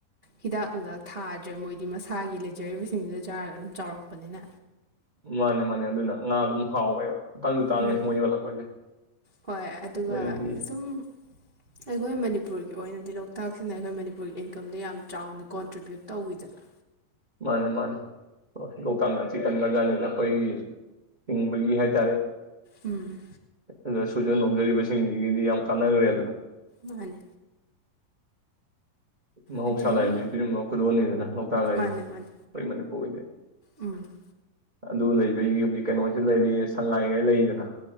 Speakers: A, on the right; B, on the right.
A: ꯍꯤꯗꯥꯛ ꯅꯨꯡꯗꯥꯛ ꯊꯥꯗ꯭ꯔꯦ ꯃꯣꯏꯗꯤ ꯃꯁꯥꯒꯤ ꯂꯩꯖꯔꯤꯕꯁꯤꯡꯗꯨꯗ ꯆꯥꯔꯒ ꯑꯗꯨꯝ ꯆꯥꯎꯔꯛꯄꯅꯤꯅ꯫
B: ꯃꯥꯅꯦ ꯃꯥꯅꯦ ꯑꯗꯨꯅ ꯉꯥ ꯑꯗꯨꯝ ꯍꯥꯎꯋꯦꯕ꯫ ꯇꯥꯡꯁꯨ ꯇꯥꯡꯉꯦ
A: ꯎꯝ
B: ꯃꯣꯏ ꯌꯣꯜꯂꯛꯄꯁꯦ
A: ꯍꯣꯏ ꯑꯗꯨꯒ
B: ꯑꯗꯩꯗꯤ
A: ꯁꯁꯨꯝ ꯑꯩꯈꯣꯏ ꯃꯅꯤꯄꯨꯔꯒꯤ ꯒꯤ ꯑꯣꯏꯅꯗꯤ ꯂꯣꯛꯇꯥꯛꯁꯤꯅ ꯑꯩꯈꯣꯏ ꯃꯅꯤꯄꯨꯔꯒꯤ ꯏꯟꯀꯝꯗ ꯌꯥꯝ ꯆꯥꯎꯅ ꯀꯣꯟꯇ꯭ꯔꯤꯕ꯭ꯌꯨꯠ ꯇꯧꯕꯋꯤꯗꯅ꯫
B: ꯃꯥꯅꯦ ꯃꯥꯅꯦ ꯂꯣꯛꯇꯥꯛꯅ ꯌꯥꯝ ꯊꯤꯟ ꯀꯟꯒ꯭ꯔꯖꯥꯠꯅꯤꯗ ꯑꯩꯈꯣꯏꯒꯤ ꯍꯤꯡꯕꯒꯤ ꯍꯥꯏ <inaudible>
A: ꯎꯝ
B: ꯑꯗꯨꯗ ꯁꯨꯖ ꯅꯣꯝꯖꯔꯤꯕꯁꯤꯡꯁꯤꯒꯤꯗꯤ ꯌꯥꯝ ꯀꯥꯟꯅꯒꯔꯦꯗꯅ꯫
A: ꯃꯥꯅꯦ
B: ꯃꯍꯧꯁꯥ
A: ꯑꯗꯒꯤ
B: ꯂꯥꯏꯔꯦꯝꯕꯤꯅ ꯄꯤꯔꯝꯕ ꯈꯨꯗꯣꯜꯅꯤꯗꯅ ꯂꯣꯛꯇꯥꯛ ꯍꯥꯏꯁꯦ
A: ꯃꯥꯅꯦ
B: ꯑꯩꯈꯣꯏ
A: ꯃꯥꯅꯦ
B: ꯃꯅꯤꯄꯨꯔꯒꯤꯗꯤ
A: ꯎꯝ
B: ꯫ ꯑꯗꯨ ꯂꯩꯕꯩꯒꯤ ꯍꯧꯖꯤꯛ ꯀꯩꯅꯣꯁꯨ ꯂꯩꯔꯤ ꯁꯉꯥꯏ ꯒꯗꯨ ꯂꯩꯔꯤꯗꯅ꯫